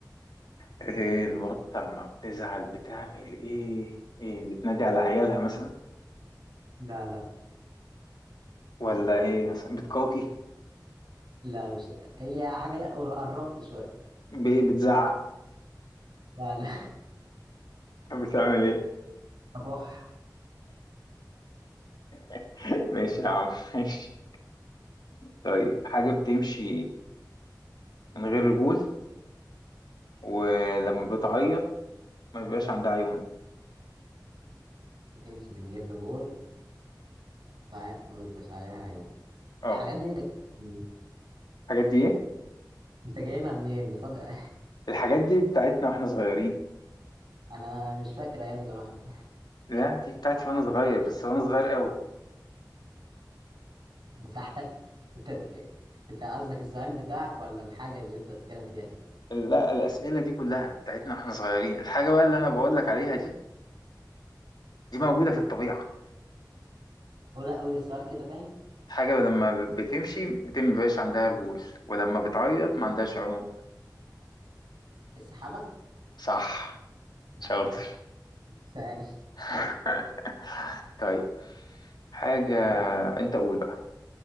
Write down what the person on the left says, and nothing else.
ايه البط لما بتزعل بتعمل ايه ايه بتنادي على عيالها مثلا
ولا ايه مثلا بتقاقي
بايه بتزعق
بتعمل ايه
<laughs> ماشي يا عم ماشي طيب حاجة بتمشي من غير رجول ولما بتعيط ما بيبقاش عندها عيون
اه
الحاجات دي ايه
الحاجات دي بتاعتنا واحنا صغيرين
لا دي بتاعتي وانا صغير بس وانا صغير قوي
لا الأسئلة دي كلها بتاعتنا واحنا صغيرين الحاجة بقى اللي أنا بقول لك عليها دي دي موجودة في الطبيعة
حاجة لما بتمشي بتم مبيبقاش عندها رجول ولما بتعيط ما عندهاش عيون
صح
شاطر
<laughs> طيب حاجة
أنت قول بقى